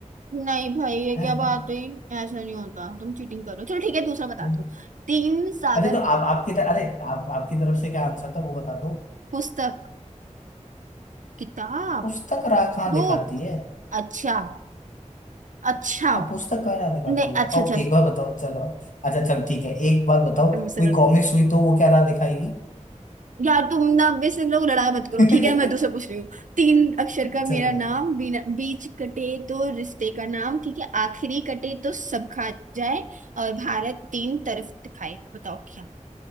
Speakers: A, on the right; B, on the left.
A: नहीं भाई ये
B: हाँ,
A: क्या बात
B: हाँ,
A: हुई ऐसा नहीं होता तुम चीटिंग करो चलो ठीक है दूसरा बताते
B: हम्म।
A: हो तीन सागर
B: अरे तो आप आपकी तरफ अरे आप आपकी तरफ से क्या आंसर था वो बता दो
A: पुस्तक किताब
B: पुस्तक राह कहाँ
A: बुक
B: दिखाती है
A: अच्छा अच्छा
B: आप पुस्तक कहाँ राह दिखाती
A: नहीं अच्छा
B: है अब
A: अच्छा
B: एक बार बताओ चलो अच्छा चल ठीक है एक बात बताओ
A: I'm से
B: कोई
A: लड़ रही
B: कॉमिक्स
A: हूँ।
B: हुई तो वो क्या राह दिखाएगी
A: यार तुम ना अब इससे लोग लड़ाई मत करो
B: <laughs>
A: ठीक है ना मैं दूसरा पूछ रही हूँ तीन अक्षर का
B: चलो
A: मेरा नाम
B: ठीक
A: बिना बीच कटे तो रिश्ते का नाम ठीक है आखिरी कटे तो सब खा जाए और भारत तीन तरफ दिखाए बताओ क्या